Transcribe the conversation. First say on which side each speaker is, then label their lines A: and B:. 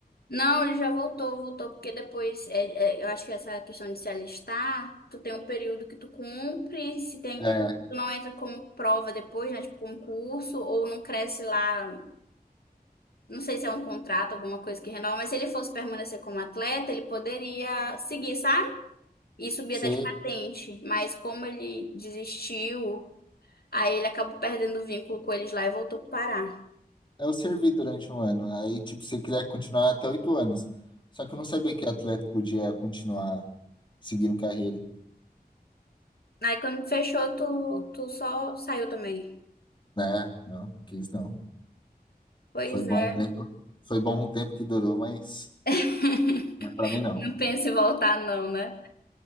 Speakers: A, on the left; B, on the left.
A: Não, ele já voltou, voltou, porque depois, é, é, eu acho que essa questão de se alistar, tu tem um período que tu cumpre, se tem,
B: É,
A: tu não entra como prova depois, né, tipo concurso, ou não cresce lá Não sei se é um contrato, alguma coisa que renova, mas se ele fosse permanecer como atleta, ele poderia seguir, sabe? E subir
B: você
A: até de patente. Mas como ele desistiu, aí ele acabou perdendo o vínculo com eles lá e voltou pro Pará.
B: eu servi durante um ano. Aí, tipo, você quiser continuar até oito anos. Só que eu não sabia que atleta podia continuar seguindo carreira,
A: Aí quando fechou, tu, tu só saiu também.
B: né? Não, quis não.
A: Pois
B: Foi bom
A: é.
B: um tempo, foi bom um tempo que durou, mas
A: <laughs>
B: não é pra mim não.
A: Não penso em voltar, não, né?